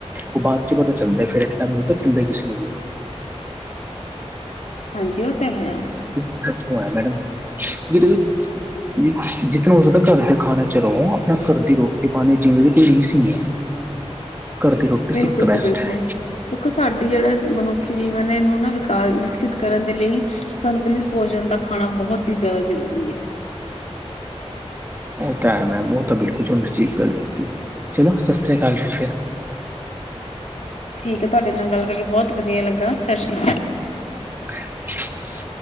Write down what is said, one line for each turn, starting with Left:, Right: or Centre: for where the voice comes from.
Right: ਉਹ ਬਾਅਦ ਚ ਪਤਾ ਚੱਲਦਾ ਫਿਰ ਇੱਕ ਟਾਈਮ ਨਹੀਂ ਪਤਾ ਚੱਲਦਾ ਕਿਸੇ ਨੂੰ ਵੀ।
Left: ਹਾਂਜੀ ਉਹ ਤਾਂ ਹੈ।
Right: ਕਿੱਥੋਂ ਆਇਆ ਮੈਡਮ। ਜਿਸ ਤਰਾਂ ਹੋ ਸਕਦਾ ਘਰ ਦੇ ਖਾਣਾ ਚ ਰਹੋ ਆਪਣਾ ਘਰ ਦੀ ਰੋਟੀ -ਪਾਣੀ ਜਿਵੇਂ ਦੀ ਕੋਈ ਰੀਸ ਨਹੀਂ ਹੈ। ਘਰ ਦੀ ਰੋਟੀ
Left: ਬਿਲਕੁਲ
Right: ਸਭ ਤੋਂ ਬੈਸਟ
Left: ਜੀ ਬਿਲਕੁਲ
Right: ਹੈ।
Left: ਦੇਖੋ ਸਾਡੀ ਜਿਹੜਾ ਮਨੁੱਖੀ ਜੀਵਨ ਹੈ ਇਹਨੂੰ ਨਾ ਵਿਕਾ ਵਿਕਸਿਤ ਕਰਨ ਦੇ ਲਈ ਸੰਤੁਲਿਤ, ਭੋਜਨ ਦਾ ਖਾਣਾ ਬਹੁਤ ਹੀ ਜ਼ਿਆਦਾ ਜ਼ਰੂਰੀ ਹੈ।
Right: ਉਹ ਤਾਂ ਹੈ ਮੈਮ ਉਹ ਤਾਂ ਬਿਲਕੁਲ ਤੁਹਾਨੂੰ ਠੀਕ ਗੱਲ ਕੀਤੀ। ਚਲੋ ਸਤਿ ਸ਼੍ਰੀ ਅਕਾਲ ਠੀਕ ਹੈ।
Left: ਠੀਕ ਹੈ ਤੁਹਾਡੇ ਨਾਲ ਗੱਲ ਕਰਕੇ ਬਹੁਤ ਵਧੀਆ ਲੱਗਾ ਸਤਿ ਸ਼੍ਰੀ ਅਕਾਲ।
Right: ਓਕੇ।